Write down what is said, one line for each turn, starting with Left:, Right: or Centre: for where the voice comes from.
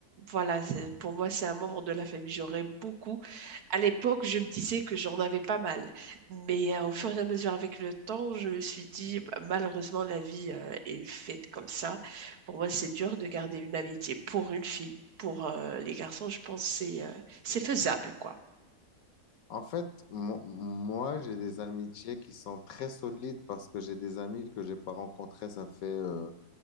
Right: voilà, c'est- pour moi, c'est un membre de la famille. J'aurais beaucoup. À l'époque, je me disais que j'en avais pas mal. Mais euh, au fur et à mesure avec le temps, je me suis dit, bah, malheureusement, la vie euh, est faite comme ça. Pour moi, c'est dur de garder une amitié pour une fille. Pour euh, les garçons, je pense que c'est euh, c'est faisable, quoi.
Left: En fait, mo- moi, j'ai des amitiés qui sont très solides parce que j'ai des amis que j'ai pas rencontrés, ça fait euh,